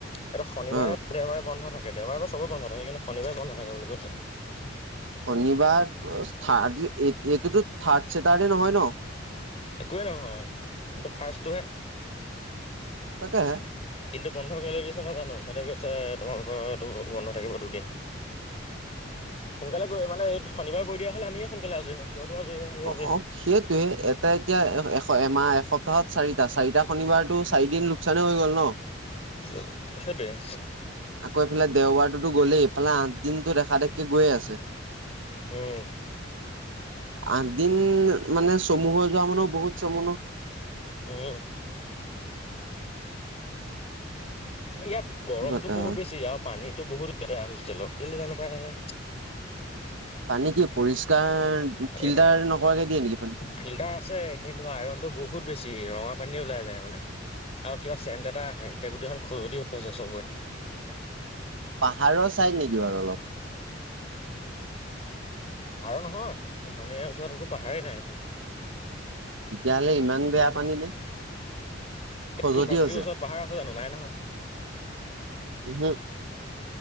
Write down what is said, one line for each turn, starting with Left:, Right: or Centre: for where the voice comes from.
Left: এটা শনিবাৰে
Right: অ
Left: দেওবাৰে বন্ধ থাকে দেওবাৰে বাও চবৰেই বন্ধ থাকে কিন্তু শনিবাৰে বন্ধ থাকে বুলি কৈছে
Right: শনিবাৰ থাৰ্ড এটোতো থাৰ্ড চেটাৰ্ডে নহয় ন
Left: একোৱেই নহয় এইটো ফাৰ্ষ্টটোহে
Right: তাকে হে
Left: কিন্তু বন্ধ কৰিবলৈ দিছে ন জানো সেইটো কৈছে তোমালোকৰ এইটো বন্ধ থাকিব দুদিন সোনকালে মানে এই শনিবাৰে কৰি দিয়া হলে আমিয়ে সোনকালে আজৰি হওঁ সিহঁতেও আজৰি হয়। আমিও
Right: অ
Left: আজৰি হওঁ
Right: অ সে তে এটা এতিয়া এ এমাহ এসপ্তাহত চাৰিটা চাৰিটা শনিবাৰতটো চাৰিদিন লোকচানে হৈ গ'ল ন।
Left: উম সেইটোৱে
Right: আকৌ এইফালে দেওবাৰটোতো গ'লেই ইফালে আঠ দিনতো দেখা দেখকে গৈয়ে আছে
Left: উম
Right: আঠ দিন মানে চমু হৈ যোৱা মানুহ বহুত চমু ন
Left: উম। ইয়াত গৰমতটো
Right: কথা
Left: বহুত
Right: হয়।
Left: বেছি আৰু পানীতো বহুত লেতেৰা হোষ্টেলত কেলে জানো পায়।
Right: পানী কি পৰিস্কাৰ ফিল্টাৰ
Left: এই
Right: নকৰাকে দিয়ে নেকি পানী।
Left: ফিল্টাৰ আছে কিন্তু আইৰণটো বহুত বেছি ৰঙা পানীয়ে ওলাই যায় মানে। আৰু কিবা চেণ্ট এটা আহে এতিয়া গোটেই খন খজুতি হৈ গৈছে চবৰে।
Right: পাহাৰৰ ছাইড নেকি বাৰু অলপ।
Left: আৰু নহয় এখন ইয়াৰ ওচৰত একো পাহাৰেই নাই দেখোন।
Right: তেতিয়া হ'লে ইমান বেয়া পানী নে? খজতি
Left: ইউনিাৰ্চিটিৰ
Right: হৈছে
Left: ওচৰত পাহাৰ আছে জানো নাই নহয়।
Right: উহু